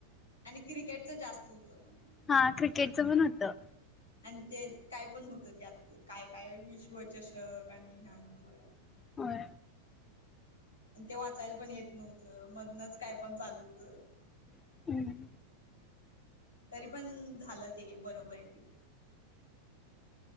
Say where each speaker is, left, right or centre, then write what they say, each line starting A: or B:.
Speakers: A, on the left (about 80°); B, on the left (about 15°).
A: आणि क्रिकेटच जास्त होतं.
B: हा क्रिकेटच पण होतं.
A: आणि ते काय पण होतं त्यात काय काय विश्वचषक आणि हेन ते.
B: होय
A: आणि ते वाचायला पण येत नव्हतं, मधनच काय पण चालू होतं.
B: हम्म.
A: तरी पण झालं ते बरोबर ते.